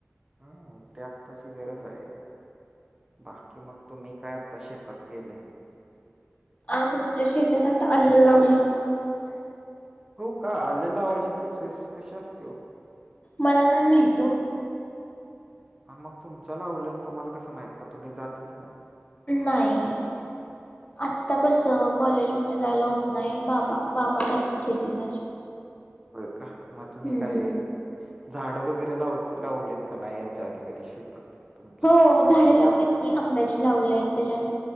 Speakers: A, on the right (about 15°); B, on the left (about 30°).
A: ह त्यात तशी गरज हाय. बाकी मग तुम्ही काय आता शेतात गेले.
B: आमच्या शेतात आता आलं लावलं बघा.
A: हो का आल लावायची प्रोसेस कशी असते ओ.
B: मला नाही माहीत ओ.
A: ह मग तुमच्या लावलं तुम्हाला कसं माहित का तुम्ही जातचं नाही
B: नाही. आता कसं कॉलेजमुळे जायला होत. नाही बाबा करता शेती माझी.
A: होय का मग तुम्ही
B: हम्म
A: काय झाडं वगैरे लाव लावलेतं का नाही. याच्या आधी कधी शेतात तुमच्या?
B: हो झाडे लावलीत. की आंब्याची लावलेय त्याच्यान